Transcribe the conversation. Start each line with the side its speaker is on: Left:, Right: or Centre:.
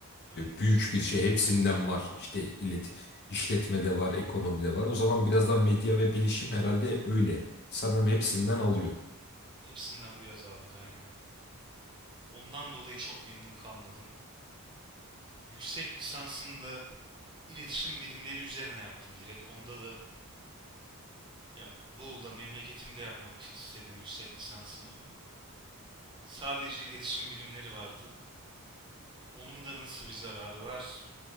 Right: Ha,
Left: büyük bir şey hepsinden var. İşte ilet işletmede var, ekonomide var. O zaman biraz daha medya ve bilişim herhalde öyle. Sanırım hepsinden alıyor.
Right: Hepsinden biraz aldık aynen. Ondan dolayı çok memnun kalmadım. Yüksek lisansında İletişim bilimleri üzerine yaptım direkt. Onda da ya Bolu'da memleketimde yapmak istedim yüksek lisansımı. Sadece iletişim bilimleri vardı. Onun da nasıl bir zararı var?